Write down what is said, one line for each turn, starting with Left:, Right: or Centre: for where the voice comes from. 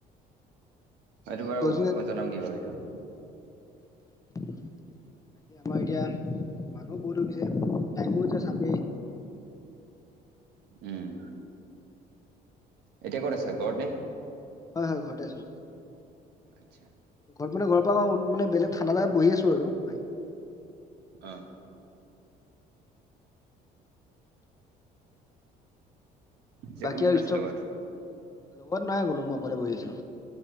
Right: এইটো বাৰু
Left: দহ দিনত
Right: জনাম গে বাৰু এইটো
Left: বাক আমাৰ এতিয়া মানুহ বহুত হৈ গৈছো যে চাব।
Right: উম এতিয়া ক'ত আছ ঘৰত নে?
Left: হয় হয় ঘটে আছো
Right: আচ্ছা।
Left: ঘৰত মানে ঘৰৰ পৰা মানে বেলেগ ঠাণ্ডা জাগাত বহি আছো আৰু বাহিৰত
Right: অঁ যে
Left: বাকী
Right: কোন কোন
Left: আৰু
Right: আছিল
Left: ষ্টক
Right: লগত
Left: লগত নই বোলো মই অকলে বহি আছো।